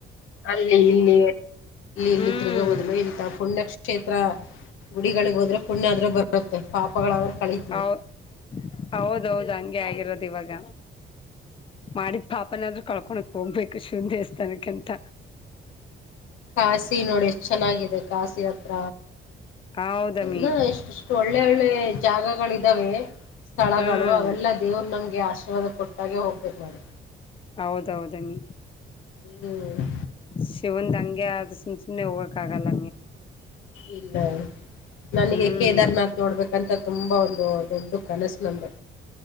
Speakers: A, on the left; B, on the left.
A: ಅಲ್ಲಿ ಇಲ್ಲಿ ಇಲ್ಲಿ
B: ಹ್ಮ್
A: ಇಲ್ಲಿ ತಿರುಗೋ ಬದಲು ಇಂತ ಪುಣ್ಯಕ್ಷೇತ್ರ ಗುಡಿಗಳಿಗೆ ಹೋದ್ರೆ ಪುಣ್ಯ ಆದ್ರೂ ಬರುತ್ತೆ ಪಾಪಗಳಾದ್ರ ಕಳಿತೀವಿ
B: ಹೌ ಹೌದೌದು ಹಂಗೆ ಆಗಿರೋದು ಇವಾಗ ಮಾಡಿದ್ ಪಾಪನಾದ್ ಕಳ್ಕೊಳಕ್ಕೆ ಹೋಗಬೇಕು ಶಿವನ ದೇವಸ್ಥಾನಕ್ಕೆ ಅಂತ.
A: ಕಶಿ ನೋಡಿ ಎಷ್ಟ ಚೆನ್ನಾಗಿದೆ ಕಾಸಿ ಹತ್ರ
B: ಹೌದಮ್ಮಿ
A: ನ ಎಷ್ಟು. <unintelligible> ಒಳ್ಳೆ ಒಳ್ಳೆ ಜಾಗಗಳು ಇದಾವೆ ಸ್ಥಳಗಳು
B: ಹ್ಮ್
A: ಅವೆಲ್ಲ ದೇವ್ರು ನಮಗೆ ಆಶೀರ್ವಾದ ಕೊಟ್ಟಾಗೆ ಹೋಗ್ಬೇಕು ನೋಡಿ.
B: ಹೌದೌದಮ್ಮ
A: ಹ್ಮ್
B: ಶಿವಂದ ಹಂಗೆ ಆದ ಸುಮ ನ ಹೋಗಕ್ಕಾಗಲ್ಲ.
A: ಇಲ್ಲ ನನಗೆ
B: ಹ್ಮ್
A: ಕೇದಾರ್ನಾಥ್ ನೋಡ್ಬೇಕಂತ ತುಂಬಾ ಒಂದು ದೊಡ್ಡ ಕನಸು ನಂದು.